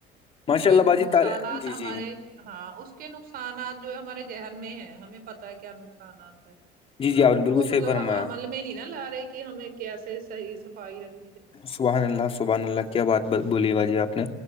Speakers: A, on the left; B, on the right.
A: ماشاء
B: اس کے
A: اللہ
B: نقصانات
A: باجی تا- جی
B: ہمارے
A: جی
B: ہاں اس کے نقصانات جو ہے ہمارے ذہن میں ہے ہمیں پت ہے کیا نقصانات ہے
A: جی
B: پر
A: جی آپ
B: ان
A: نے
B: کو
A: بالکل صحیح
B: مطلب
A: فرمایا
B: ہم عمل میں نہیں نا لا رہے کہ ہمیں کیسے صحی صفائی رکھ
A: سبحان اللہ سبحان اللہ کیا بات بولی باجی آپ نے